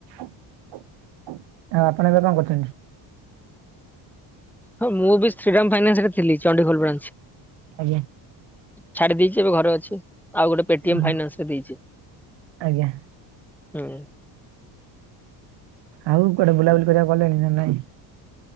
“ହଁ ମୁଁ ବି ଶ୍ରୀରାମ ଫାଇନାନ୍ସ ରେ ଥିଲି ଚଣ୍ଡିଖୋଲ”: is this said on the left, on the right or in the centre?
Centre